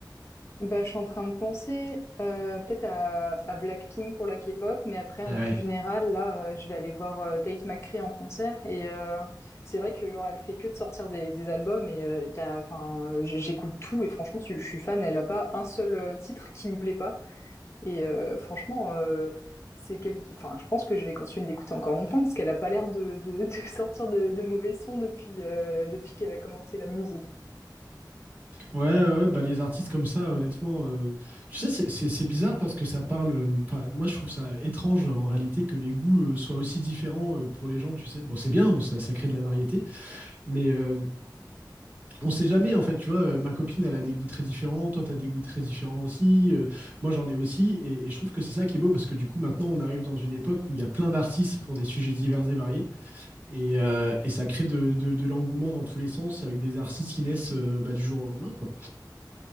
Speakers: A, on the left; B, on the right.
A: Bah, je suis en train de penser euh, peut-être à, à Blackpink pour la K-pop, mais après
B: Ah
A: en
B: ouais.
A: plus général, là, euh, je vais aller voir euh, Tate McRae en concert et euh, c'est vrai que genre elle fait que de sortir des, des albums et euh, y a- enfin euh, j- j'écoute tout et franchement je, je suis fan. Elle a pas un seul euh, titre qui me plaît pas et euh, franchement euh, c'est quel... enfin je pense que je vais continuer de l'écouter encore longtemps parce qu'elle a pas l'air de, de, <laughs> de sortir de, de mauvais sons depuis euh, depuis qu'elle a commencé la musique.
B: Ouais, ouais, ouais, bah les artistes comme ça, honnêtement, euh, tu sais, c'est c'est- c'est bizarre parce que ça parle. euh, Enfin, moi, je trouve ça étrange euh, en réalité que les goûts euh, soient aussi différents euh, pour les gens, tu sais. Bon, c'est bien, ça, ça crée de la variété, mais euh, on sait jamais, en fait, tu vois. euh, ma copine, elle a des goûts très différents, toi, t'as des goûts très différents aussi, euh, moi, j'en ai aussi, et, et je trouve que c'est ça qui est beau parce que du coup, maintenant, on arrive dans une époque où il y a plein d'artistes pour des sujets divers et variés, et, euh, et ça crée de, de- de l'engouement dans tous les sens avec des artistes qui naissent euh, bah, du jour au lendemain, quoi.